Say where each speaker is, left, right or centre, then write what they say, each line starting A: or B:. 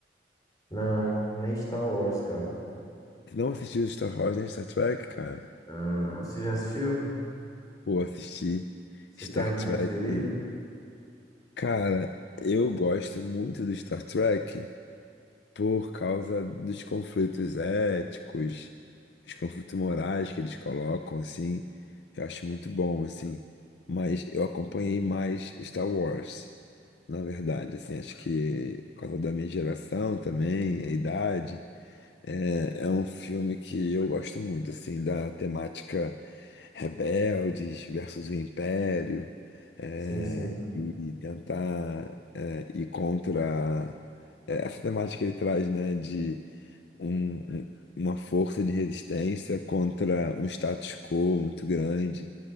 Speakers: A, on the left; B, on the left.
A: Não, nem Star Wars, cara.
B: Você não assistiu Star Wars nem Star Trek, cara?
A: Não, não. Você já assistiu?
B: Pô, assisti
A: Você
B: Star
A: tem algum
B: Trek.
A: preferido?
B: né? Cara, eu gosto muito do Star Trek. por causa dos conflitos éticos, os conflitos morais que eles colocam, assim, eu acho muito bom, assim. Mas eu acompanhei mais Star Wars, na verdade, assim, acho que por causa da minha geração também, a idade. É, é um filme que eu gosto muito, assim, da temática rebeldes versus o império, é,
A: Sim, sim.
B: e, e tentar é, ir contra é, essa temática que ele traz, né, de um- um- uma força de resistência contra um status quo muito grande.